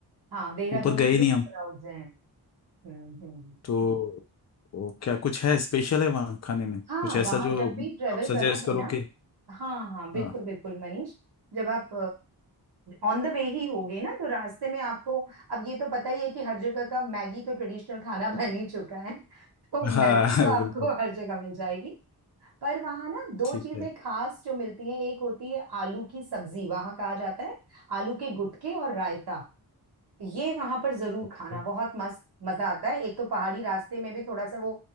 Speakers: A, on the right; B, on the left.
A: हाँ देहरादून
B: ऊपर गए
A: में
B: ही
A: मिक्स
B: नहीं हम
A: क्राउड्स हैं हम्म हम्म
B: तो वो क्या कुछ है स्पेशल है वहाँ खाने में कुछ
A: हाँ
B: ऐसा
A: वहाँ
B: जो
A: जब भी ट्रेवल
B: आप सजेस्ट
A: करोगे
B: करो
A: ना
B: कि
A: हाँ हाँ बिल्कुल
B: हाँ
A: बिल्कुल मनीष जब आप ऑन द वे ही होगे ना तो रास्ते में आपको अब ये तो पता ही है कि हर जगह का मैगी तो ट्रेडिशनल खाना बन ही चुका है तो
B: हाँ
A: मैगी तो आपको
B: <laughs> बिल्कुल
A: हर जगह मिल जाएगी पर वहाँ ना दो
B: ठीक
A: चीजें
B: है
A: खास जो मिलती हैं एक होती है आलू की सब्जी वहाँ कहा जाता है आलू के गुटके और रायता ये वहां पर जरूर
B: Okay.
A: खाना बहुत मस्त मजा आता है एक तो पहाड़ी रास्ते में भी थोड़ा सा वो